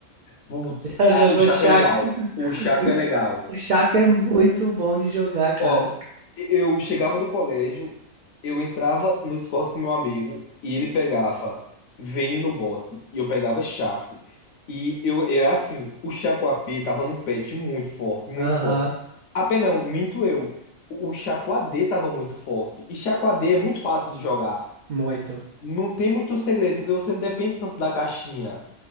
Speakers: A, on the left; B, on the right.
A: Putz,
B: <laughs> Já
A: ah,
B: jogou
A: o Chaco
B: de Chaco?
A: é legal.
B: <laughs>
A: O Chaco é legal.
B: O Chaco é muito bom de jogar, cara.
A: Ó, eu chegava do colégio, eu entrava no Discord com meu amigo e ele pegava Vayne no bote e eu pegava Chaco. E eu era assim, o Chaco a p tava num patch muito forte, muito
B: Aham,
A: forte. AP não, minto eu. O o Chaco A d tava muito forte. E Chaco a d é muito fácil de jogar.
B: muito.
A: Não tem muito segredo, porque você não depende tanto da caixinha.